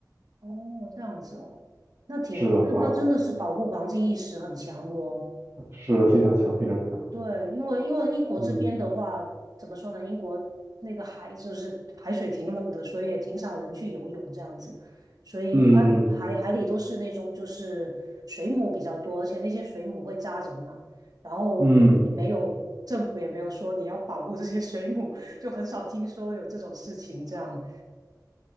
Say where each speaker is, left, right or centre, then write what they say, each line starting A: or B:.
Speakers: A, on the right; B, on the right.
A: 哦，这样子哦，那挺那那真的是保护环境意识很强哦。
B: 是的，罚是的，非常强，非常强。
A: 对，因为因为英国这边的话，
B: 嗯
A: 怎么说呢？英国那个海就是海水挺冷的，所以也挺少人去游泳这样子，所以一般海海里都是那种就是水母比较多，
B: 嗯嗯
A: 而且那些水母会扎人嘛，然后也没有政府也没有说你要保护这些水母，
B: 嗯
A: 就很少听说有这种事情这样。